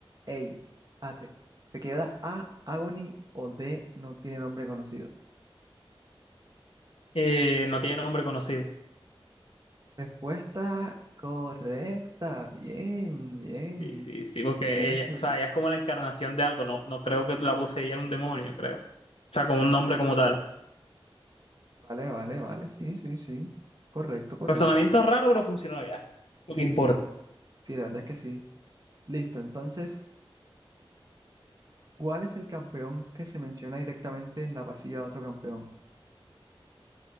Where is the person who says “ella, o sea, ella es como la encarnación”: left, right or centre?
Left